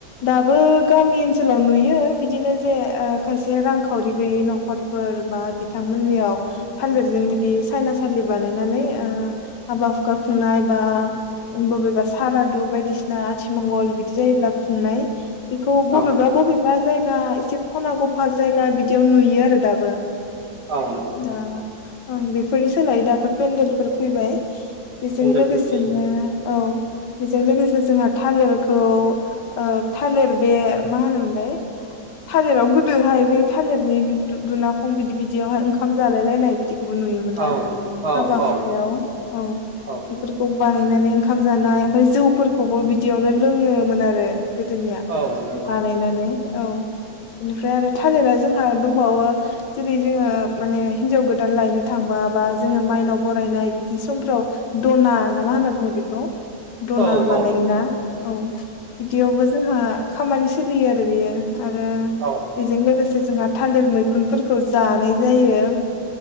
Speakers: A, on the left; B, on the right.
A: दाबो गामि ओनसोलाव नुयो बिदिनो जे ओ खायसे रांखावरि गैयै न'खरफोर बा बिथांमोननियाव थालिरजों बिदि सायनासालि बानायनानै ओ हाबा हुखा खुंनाय बा बबेबा सारादु बायदिसिना आथिमंगल बिदि जायोब्ला खुंनाय बेखौ बबेबा
B: औ
A: बबेबा जायगा एसे खना गफा जायगा बिदियाव नुयो आरो दाबो
B: औ नंगौ
A: दा बेफोरनि सोलाय दाथ' पेन्देलफोर फैबाय बेजों
B: पेन्देल
A: लोगोसेनो
B: फैबायो
A: औ बेजों लोगोसे जोंहा थालिरखौ ओ थालिर बे मा होनोमोनलाय थालिराव गोदोहाय बे थालिरनि दुनाखं बिदि बिदियावहाय ओंखाम जालाय लायनाय बिदि खौबो नुयोमोन ना
B: औ औ
A: हाबा
B: औ
A: हुखायाव औ
B: औ
A: बेफोरखौ बानायनानै ओंखाम जानाय ओमफ्राय जौफोरखौबो बिदियावनो लोङोमोन आरो गोदोनिया
B: औ नंगौ
A: बानायनानै औ बेनि फ्राय आरो थालिरा जोंहा दंबावो जेरै जोङो माने हिनजाव गोदान लायनो थांबा बा जोङो माइनाव बरायनाय बिदि समफ्राव दना ना मा होनना बुङो बेखौ दना
B: औ औ
A: बानायोना औ बिदियावबो जोंहा खामानि सोलियो आरो बेयो आरो
B: औ
A: बेजों लोगोसे जोंहा थालिर मैखुनफोरखौ जानाय जायो